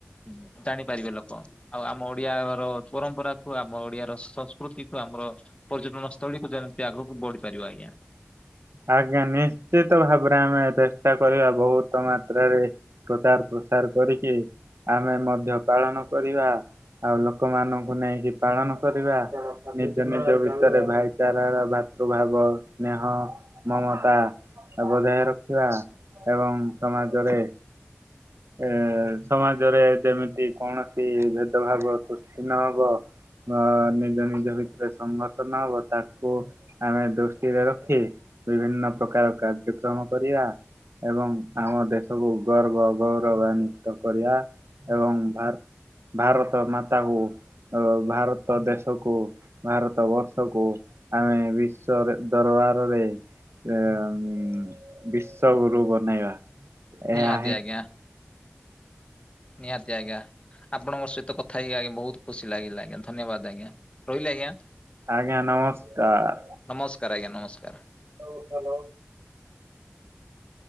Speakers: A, on the left; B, on the right.
A: ଉଁ ଜାଣି ପାରିବେ ଲୋକ ଆଉ ଆମ ଓଡିଆର ପରମ୍ପରାକୁୁ, ଆମ ଓଡିଆର ସଂସ୍କୃତିକୁ ଆମର ପର୍ଯ୍ୟଟନ ସ୍ଥଳୀକୁ ଯେମିତି ଆଗକୁ ବଢି ପାରିବ ଆଜ୍ଞା।
B: ଆଜ୍ଞା ନିଶ୍ଚିତ ଭାବରେ ଆମେ ଚେଷ୍ଟା କରିବା ବୋହୁତ ମାତ୍ରାରେ ପ୍ରଚାର ପ୍ର ପ୍ରସାର କରିକି ଆମେ ମଧ୍ୟ ପାଳନ କରିବା। ଆଉ ଲୋକମାନଙ୍କୁ ନେଇକି ପାଳନ କରିବା ନିଜ ନିଜ ଭିତରେ ଭାଇଚାରାର ବାର୍ ଭାବ, ସ୍ନେହ ମମତା ବଜାୟ ରଖିବା ଏବଂ ସମାଜରେ ଏ ସମାଜରେ ଯେମିତି କୌଣସି ଭେଦଭାବ ସୃଷ୍ଟି ନହବ ଅ ନିଜ ନିଜ ଭିତରେ ସଂଘର୍ଷ ନହବ ତାକୁ ଆମେ ଦୃଷ୍ଟିରେ ରଖି ବିଭିନ୍ନ ପ୍ରକାର କାର୍ଯ୍ୟକ୍ରମ କରିବା ଏବଂ ଆମ ଦେଶକୁ ଗର୍ବ ଆଉ ଗୌ ଗୌରବାନ୍ୱିତ କରିବା ଏବଂ ଭାର ଭାରତ ମାତାକୁ ଅ ଭାରତ ଦେଶକୁ ଭାରତ ବର୍ଷକୁ ଆମେ ବିଶ୍ଵରେ ଦର ବାରରେ ଏମ୍ ବିଶ୍ୱଗୁରୁ ବନେଇବା। ଏହା
A: ନିହାତି
B: ହିଁ
A: ଆଜ୍ଞା। ନିହାତି ଆଜ୍ଞା। ଆପଣଙ୍କ ସହିତ କଥା ହେଇକି ଆଜ୍ଞା ବୋହୁତ ଖୁସି ଲାଗିଲା ଆଜ୍ଞା ଧନ୍ୟବାଦ ଆଜ୍ଞା ରହିଲେ ଆଜ୍ଞା।
B: ଆଜ୍ଞା ନମସ୍କାର।
A: ନମସ୍କାର ଆଜ୍ଞା ନମସ୍କାର।
B: ହୋଉ ହଲୋ।